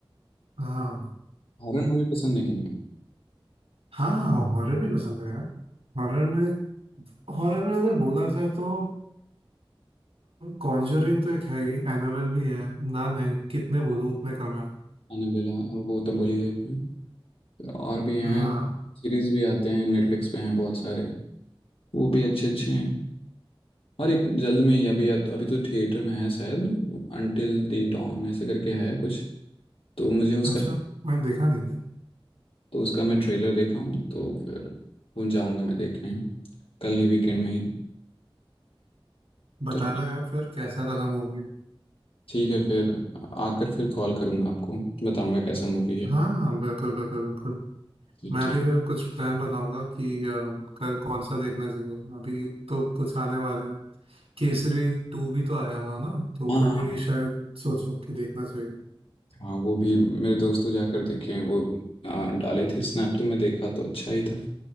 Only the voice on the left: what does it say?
हॉरर मूवी पसंद है कि नहीं
एनाबेला वो तो बोली है अपनी फिर और भी हैं
सीरीज भी आते हैं नेटफ्लिक्स पे हैं बहुत सारे वो भी अच्छे अच्छे हैं और एक जल्द में ही अभी अभी तो थिएटर में है शायद अंटिल द डॉन ऐसे करके है कुछ तो मुझे उसका
तो उसका मैं ट्रेलर देखा हूँ तो फिर वो जाऊँगा मैं देखने कल ही वीकेंड में ही
तो
ठीक है फिर आकर फिर कॉल करूँगा आपको बताऊँगा कैसा मूवी है
ठीक
हाँ
हाँ वो भी मेरे दोस्तों जाकर देखे हैं वो आ, डाले थे स्नैप तो मैं देखा तो अच्छा ही था